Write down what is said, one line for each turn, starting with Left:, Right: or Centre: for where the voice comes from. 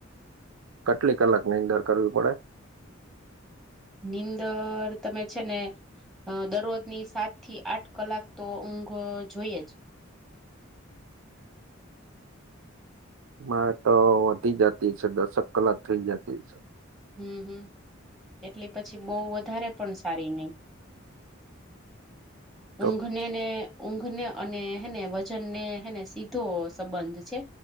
Right: કેટલી કલાક નીંદર કરવી પડે
Centre: નીંદર તમે છે ને અ દરરોજની સાત થી આઠ કલાક તો ઊંઘ જોઈએ જ
Right: મારે તો વધી જતી છે દસક કલાક થઈ જતી છે
Centre: હમ હમ એટલી પછી બઉ વધારે પણ સારી નઈ
Right: <inaudible>
Centre: ઊંઘને ને ઊંઘને અને હેને વજનને હેને સીધો સંબંધ છે